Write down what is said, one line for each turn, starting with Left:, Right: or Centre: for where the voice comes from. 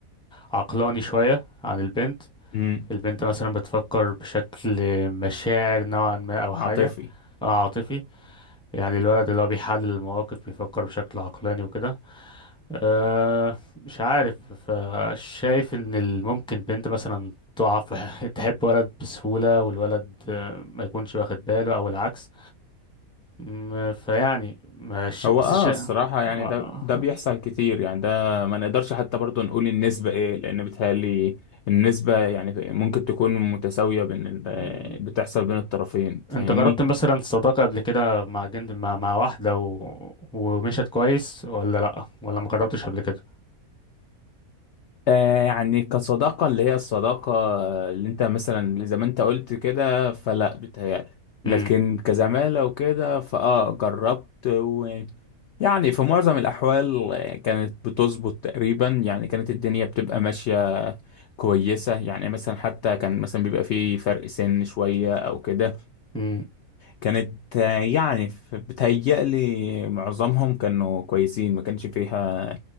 Centre: عقلاني شوية عن البنت
Left: امم
Centre: البنت مثلا بتفكر بشكل مشاعر نوعا ما أو
Left: عاطفي
Centre: حاجة أو عاطفي يعني الولد اللي هو بيحلل المواقف بيفكر بشكل عقلاني وكده أه مش عارف فشايف إن ال- ممكن بنت مثلا تقع في <laughs> تحب ولد بسهولة والولد آه، ما يكونش واخد باله أو العكس م- فيعني مش
Left: هو
Centre: بس
Left: اه
Centre: شا...
Left: الصراحة يعني
Centre: آه.
Left: ده ده بيحصل كتير يعني ده ما نقدرش حتى برضه نقول النسبة ايه لأن بيتهيألي النسبة يعني ممكن تكون متساوية بين ال-
Centre: م-
Left: بتحصل بين الطرفين فاهمني؟
Centre: انت جربت مثلا صداقة قبل كده مع جند مع, مع واحدة و... ومشت كويس ولا لأ ولا ما جربتش قبل كده
Left: آه يعني كصداقة اللي هي الصداقة اللي انت مثلا زي ما انت قلت كده فلا بيتهيألي
Centre: امم
Left: لكن كزمالة وكده فاه جربت ويعني في معظم الأحوال آه، كانت بتظبط تقريبا يعني كانت الدنيا بتبقى ماشية كويسة يعني مثلا حتى كان مثلا بيبقى فيه فرق سن شوية أو كده
Centre: امم
Left: كانت آه، يعني ف- بتهيألي معظمهم كانوا كويسين ما كانش فيها